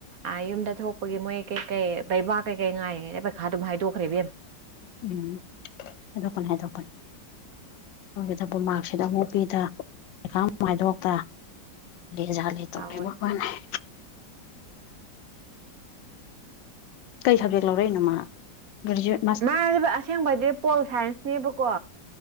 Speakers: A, on the right; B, on the left.
A: ꯑꯥ ꯌꯨꯝꯗ ꯊꯣꯛꯄꯒꯤ ꯃꯣꯏ ꯀꯩꯀꯩ ꯕꯩꯕꯥ ꯀꯩꯀꯩ ꯉꯥꯏꯔꯤꯉꯩꯗ ꯄꯩꯈꯥ ꯑꯗꯨꯝ ꯍꯥꯏꯗꯣꯛꯈ꯭ꯔꯦ ꯏꯕꯦꯝꯃ
B: ꯎꯝ ꯑꯗꯣ ꯀꯅꯥꯝ ꯍꯥꯏꯗꯣꯛꯄꯅꯤ ꯑꯣꯏꯒꯗꯕ ꯃꯥꯔꯛꯁꯤꯗ ꯑꯃꯨꯛ ꯄꯤꯗ ꯄꯩꯥꯈꯥ ꯑꯃꯨꯛ ꯍꯥꯏꯗꯣꯛꯇ ꯂꯦꯖꯂꯦ ꯇꯧꯒꯦ
A: ꯍꯥꯎꯋꯦ
B: <unintelligible> ꯀꯩ ꯁꯕꯖꯦꯛ ꯂꯧꯔꯛꯏꯅꯣ ꯃꯥ ꯒ꯭ꯔꯦꯖꯨꯑꯦꯠ
A: ꯃꯒꯤꯗꯣ ꯑꯁꯦꯡꯕꯗꯤ ꯄꯣꯜ ꯁꯥꯏꯟꯁꯅꯦꯕꯀꯣ